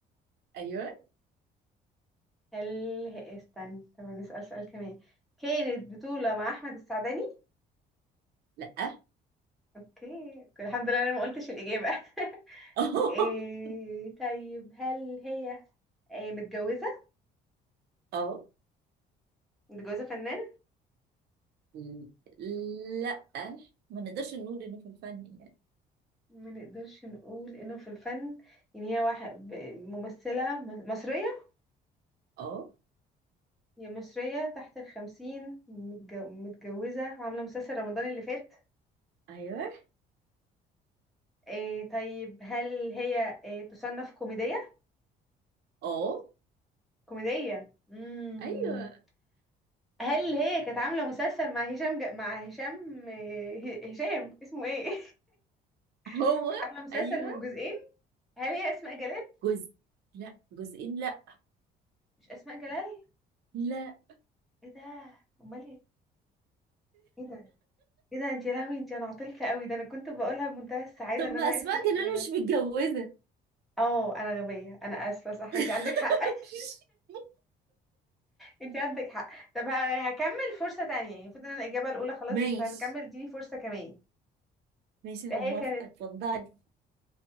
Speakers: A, on the right; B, in the centre.
A: ايوه
B: هل هي- إيه، استنى طب نسأل سؤال كمان كانت بطولة مع أحمد السعداني
A: لا اه
B: اوكي الحمد لله انا ما قلتش الإجابة <laughs>
A: <laughs>
B: إيه طيب هل هي إيه متجوزة
A: اه
B: متجوزة فنان
A: ل- لا ما نقدرش نقول انه في الفن يعني
B: ما نقدرش نقول انه في الفن يعني هي واحد ب- ممثلة م- مصرية
A: اه
B: هي مصرية تحت الخمسين متجو... متجوزة وعاملة مسلسل رمضان اللي فات
A: ايوه
B: إيه طيب هل هي إيه تصنف كوميدية؟
A: اه
B: كوميدية مم.
A: ايوه
B: هل هي كانت عاملة مسلسل مع هشام ج... مع هشام إيه، ه- هشام اسمه ايه؟
A: هو
B: <laughs> كانت عاملة مسلسل
A: ايوه
B: من جزئين هل هي أسماء جلال؟
A: جزء لا جزئين لا
B: مش أسماء جلال؟
A: لا
B: ايه ده؟ أمال ايه؟ ايه ده؟ ايه ده انت يا لهوي انت انا عطلت قوي ده انا كنت بقولها بمنتهى السعادة
A: طب
B: ان
A: ما
B: انا عرفت
A: اسماء
B: الإجابة
A: جلال مش متجوزه
B: اه انا غبية انا اسفة صح
A: <laughs>
B: انت عندك حق انت عندك حق طب ه- هكمل فرصة تانية يعني المفروض ان انا الإجابة الأولى خلاص
A: ماشي
B: بس هنكمل اديني فرصة كمان
A: ماشي
B: ده
A: انا موافقه
B: هي كانت
A: اتفضلي